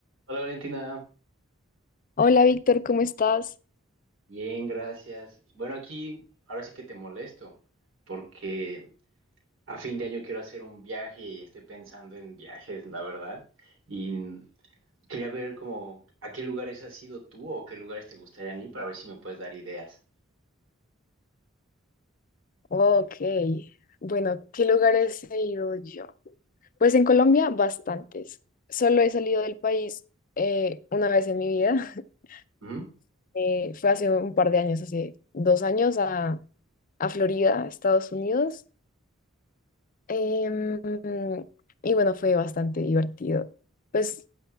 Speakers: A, on the right; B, on the left.
A: Hola Valentina,
B: Hola Víctor, ¿cómo estás?
A: bien, gracias. Bueno, aquí ahora sí que te molesto, porque a fin de año quiero hacer un viaje y estoy pensando en viajes, la verdad. Y quería ver como a qué lugares has ido tú o qué lugares te gustaría ir para ver si me puedes dar ideas.
B: Ok, bueno, ¿qué lugares he ido yo? Pues en Colombia, bastantes. Solo he salido del país eh, una vez en mi vida. <laughs>
A: Ujú.
B: Eh, fue hace un par de años, hace dos años, a, a Florida, Estados Unidos. Em, y bueno, fue bastante divertido. Pues